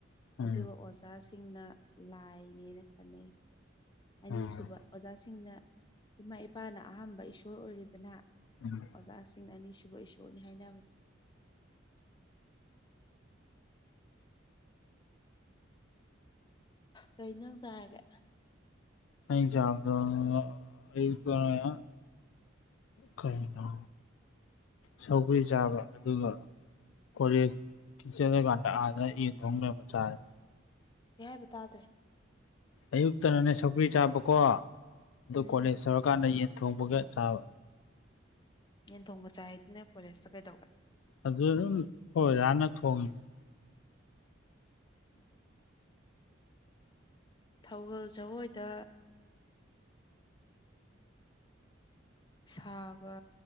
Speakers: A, on the left (about 80°); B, on the left (about 20°).
A: ꯎꯝ
B: ꯑꯗꯨꯒ ꯑꯣꯖꯥꯁꯤꯡꯅ ꯂꯥꯏꯅꯦꯅ ꯈꯟꯅꯩ ꯑꯅꯤꯁꯨꯕ
A: ꯎꯝ
B: ꯑꯣꯖꯥꯁꯤꯡꯅ ꯏꯃꯥ ꯏꯄꯥꯅ ꯑꯍꯝꯕ ꯏꯁꯣꯔ ꯑꯣꯏꯔꯤꯦꯗꯅ
A: ꯎꯝ
B: ꯑꯣꯖꯥꯁꯤꯡꯅ ꯑꯅꯤꯁꯨꯕ ꯏꯁꯣꯔꯅꯤ ꯍꯥꯏꯅꯕꯅꯤ ꯀꯩ ꯖꯥꯡ ꯆꯥꯔꯒꯦ
A: ꯑꯩꯅ ꯆꯥꯕꯗꫭ ꯑꯌꯨꯛꯇ ꯃꯌꯥꯝ ꯀꯩꯅꯣ ꯁꯧꯒ꯭ꯔꯤ ꯆꯥꯕ ꯑꯗꯨꯒ ꯀꯣꯂꯦꯖꯀꯤ ꯆꯠꯂꯀꯥꯟꯗ ꯑꯥꯗ ꯌꯦꯟ ꯊꯣꯡ ꯂꯩꯔꯝꯕ ꯆꯥꯔꯦ
B: ꯀꯩ ꯍꯥꯏꯕ ꯇꯥꯗ꯭ꯔꯦ
A: ꯑꯌꯨꯛꯇꯅꯅꯦ ꯁꯧꯒꯔꯤ ꯆꯥꯕꯀꯣ ꯑꯗꯨ
B: ꯎꯝ
A: ꯀꯣꯂꯦꯖ ꯌꯧꯔꯀꯥꯟꯗ ꯌꯦꯟ ꯊꯣꯡꯕꯒ ꯆꯥꯕ
B: ꯌꯦꯟꯊꯣꯡꯕ ꯆꯥꯏ ꯍꯥꯏꯗꯨꯅ ꯅꫭꯏ ꯀꯣꯂꯦꯖꯇ ꯀꯩꯗꯧꯕ
A: ꯑꯗꯨꯗ ꯑꯗꯨꯝ ꯑꯈꫭꯏ ꯑꫭꯖꯥꯅ ꯊꯣꯡꯉꯤꯅꯦ
B: ꯎ ꯊꯧꯒꯜ ꯖꯒꯣꯏꯗ ꯁꯥꯕ